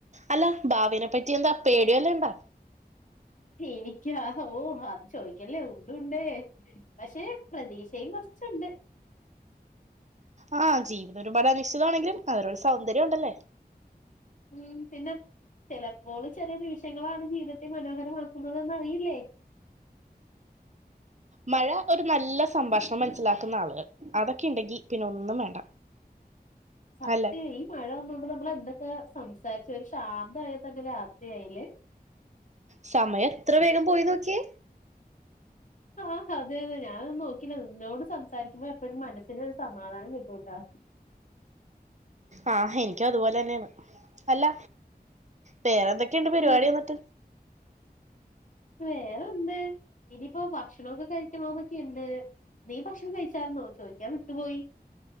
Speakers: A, on the right (about 45°); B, on the left (about 50°).
A: അല്ല ഭാവിനെ പറ്റി എന്താ പേ ഇടല്ണ്ടാ
B: എനിക്കാ ഓ അത് ചോയിക്കല്ലേ ടുണ്ടേ പക്ഷെ പ്രതീക്ഷയും കുറച്ചുണ്ട്
A: ആ ജീവിതം ഒരുപാട് അനിശ്ചിതമാണെങ്കിലും അതിനൊരു സൗന്ദര്യം ഉണ്ടല്ലേ
B: ഉം പിന്നെ ചിലപ്പോൾ ചില നിമിഷങ്ങളാണ് ജീവിതത്തെ മനോഹരമാക്കുന്നതെന്ന്റിയില്ലേ
A: മഴ ഒരു നല്ല സംഭാഷണം മനസ്സിലാക്കുന്ന ആളുകൾ അതൊക്കെ ഉണ്ടെങ്കി പിന്നെ ഒന്നും വേണ്ട
B: സത്യം
A: അല്ലെ
B: ഈ മഴ വന്നൊണ്ട് നമ്മള് എന്തൊ ഒക്ക സംസാരിച്ച ഒരു ശാന്തമായാൽ തന്നെ രാത്രിയായാല്
A: സമയം എത്ര വേഗം പോയി നോക്കിയേ
B: ആ അതെ അതെ ഞാനൊന്നും നോക്കില്ല നിന്നോട് സ സംസാരിക്കുമ്പോ എപ്പോഴും മനസ്സിന് ഒരു സമാധാനം കിട്ടൂട്ടാ
A: ആഹ് എനിക്കതുപോലെ തന്നെയാണ് അല്ല വേറെന്തൊക്ക ഇണ്ട് പരിപാടി
B: ഉം
A: എന്നിട്ട്
B: വേറെന്ത് ഇനിയിപ്പോ ഭക്ഷണമൊക്കെ കഴിക്കണോന്നൊക്കെ ഉണ്ട് നീ ഭക്ഷണം കഴിച്ചരുന്നോ ചോദിക്കാൻ വിട്ടുപോയി